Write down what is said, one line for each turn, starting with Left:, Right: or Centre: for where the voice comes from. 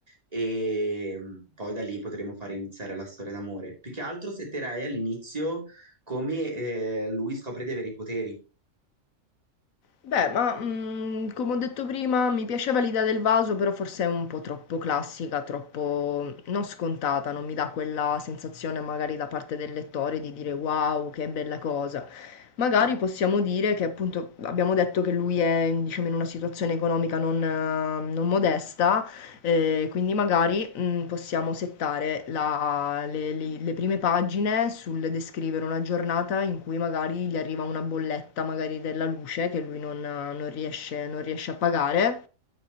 Right: e mh, poi da lì potremo fare iniziare la storia d'amore. Più che altro setterei all'inizio come eh, lui scopre di avere i poteri.
Left: Beh, ma mm, come ho detto prima, mi piaceva l'idea del vaso, però forse è un po' troppo classica, troppo mm, non scontata, non mi dà quella sensazione magari da parte del lettore di dire wow, che bella cosa. Magari possiamo dire che appunto abbiamo detto che lui è diciamo, in una situazione economica non, eh, non modesta Eh, quindi magari mm, possiamo settare la- le, le- le prime pagine sul descrivere una giornata in cui magari gli arriva una bolletta magari della luce che lui non, non riesce, non riesce a pagare.